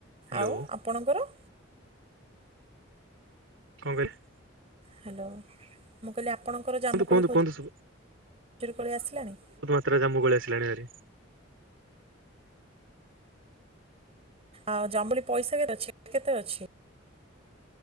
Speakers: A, on the right; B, on the right.
A: ହ୍ୟାଲୋ
B: ଆଉ ଆପଣଙ୍କର?
A: କଣ କହିଲେ?
B: ହାଲୋ। ମୁଁ କହିଲି ଆପଣଙ୍କର ଜାମୁକୋଳି
A: କୁହନ୍ତୁ କୁହନ୍ତୁ
B: ଖଜୁରୀ
A: କୁହନ୍ତୁ ସବୁ
B: କୋଳି ଆସିଲାଣି?
A: ଜାମ୍ମୁ କୋଳି ଆସିଲାଣି ଭାରି।
B: ଆଉ <unintelligible> ପଇସା କେତେ ଅଛି କେତେ ଅଛି?